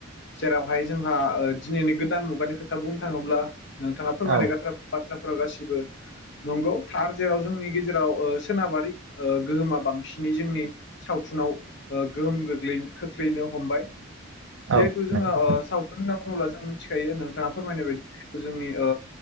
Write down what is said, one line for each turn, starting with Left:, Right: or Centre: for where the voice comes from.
Left: जेरावहाय जों जोंहा दिनैनि गोदान मुगानि खोथा बुंनो थाङोब्ला नोंथाङा फोरमायनाय
Right: औ
Left: बाथ्राफोराव गासिबो नंगौ थार जेराव जोंनि गेजेराव सोनाबारि गोहोमा बांसिनै जोंनि सावथुनाव ओ गोहोम गोग्लै खोख्लैनो हमबाय जिहेथु
Right: औ
Left: जोङोावथुन
Right: नंगौ
Left: ओ ब्ला जों मिथिखायो नोंथाङा फोरमायनाय बायदि जिथु जोंनि ओ